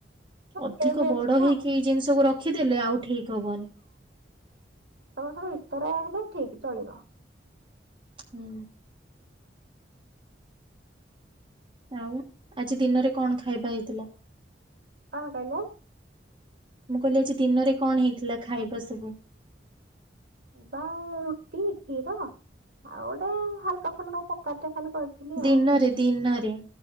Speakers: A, on the right; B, on the right.
A: <unintelligible>
B: ଅଧିକ
A: ଦଶ ବର୍ଷ
B: ବଡ ହେଇକି ଏଇ ଜିନିଷକୁ ରଖିଦେଲେ ଆଉ ଠିକ୍ ହବନି।
A: ଭିତରେ ହେଲେ ଠିକ୍ ଚଳିବ।
B: ହୁଁ। ଆଉ ଆଜି ଦିନରେ କଣ ଖାଇବା ହେଇଥିଲା।
A: କଁ କହିଲ।
B: ମୁଁ କହିଲି ଆଜି ଦିନରେ କଣ ହେଇଥିଲା ଖାଇବା ସବୁ।
A: ପାଉଁରୁଟି କ୍ଷୀର। ଆଉ ଗୋଟେ ହାଲକା ଫୁଲକା ତରକାରୀ ଟେ ଖାଲି କରିଥିଲି
B: ଦିନରେ
A: ଆଉ।
B: ଦିନରେ